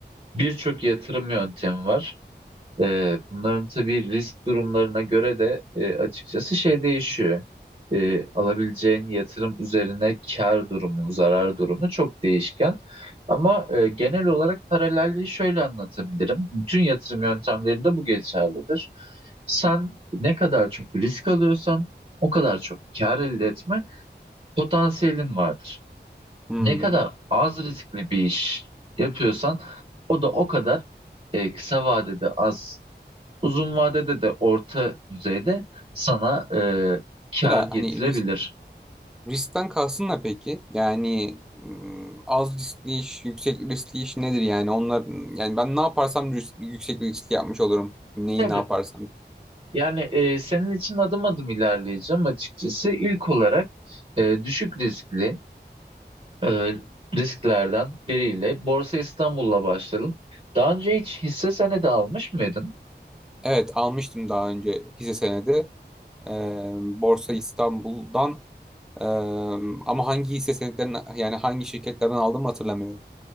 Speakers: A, on the right; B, in the centre.
A: birçok yatırım yöntemi var. E, bunların tabii risk durumlarına göre de e, açıkçası şey değişiyor. E, alabileceğin yatırım üzerine kar durumu, zarar durumu çok değişken. Ama e, genel olarak paralelliği şöyle anlatabilirim. Bütün yatırım yöntemlerinde bu geçerlidir. Sen ne kadar çok risk alıyorsan o kadar çok kar elde etme potansiyelin vardır
B: Hmm.
A: ne kadar az riskli bir iş yapıyorsan o da o kadar e, kısa vadede az, uzun vadede de orta düzeyde sana e, kar
B: Mesela
A: getirebilir.
B: hani risk, riskten kalsın da peki? Yani mm, az riskli iş, yüksek riskli iş nedir yani? Onlar yani ben ne yaparsam risk, yüksek risk yapmış olurum. Neyi
A: Tabii.
B: ne yaparsam.
A: Yani e, senin için adım adım ilerleyeceğim açıkçası. İlk olarak e, düşük riskli e, risklerden biriyle Borsa İstanbul'la başlayalım. Daha önce hiç hisse senedi almış mıydın?
B: Evet almıştım daha önce hisse senedi. Eee, Borsa İstanbul'dan eee, ama hangi hisse senetlerini yani hangi şirketlerden aldım hatırlamıyorum.